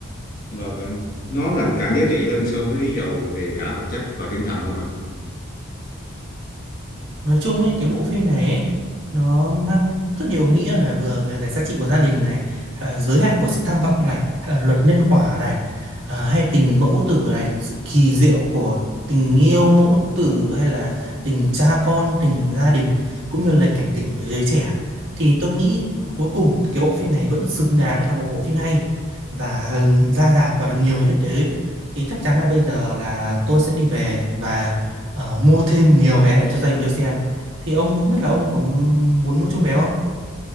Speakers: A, on the left; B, on the right.
A: và, và nó là càng giá trị hơn so với giàu về cả vật chất và tinh thần không ạ
B: nói chung ấy cái bộ phim này ấy, nó mang rất nhiều nghĩa này vừa về cái giá trị của gia đình này hay là giới hạn của sự tham vọng này hay là luật nhân quả này à, hay tình mẫu tử này sự kỳ diệu của tình yêu mẫu tử hay là tình cha con tình gia đình cũng như là cảnh tỉnh với giới trẻ thì tôi nghĩ cuối cùng thì cái bộ phim này vẫn xứng đáng là một bộ phim hay và ra rạp và được nhiều người biết tới thì chắc chắn là bây giờ là tôi sẽ đi về và ờ, mua thêm nhiều vé để cho dành tôi xem thì ông không biết là ông có muốn mua chung vé không